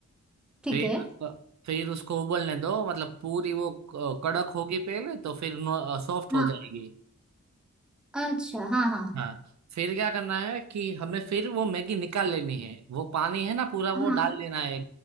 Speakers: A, in the centre; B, on the right.
A: ठीक
B: फिर
A: है
B: आप- फिर उसको उबलने दो मतलब पूरी वो क- कड़क होगी पहले तो फिर सॉफ्ट हो
A: हाँ
B: जाएगी
A: अच्छा हाँ हाँ
B: हाँ फिर क्या करना है कि हमें फिर वो मैगी निकाल लेनी है वो पानी है ना पूरा
A: हाँ
B: वो डाल देना है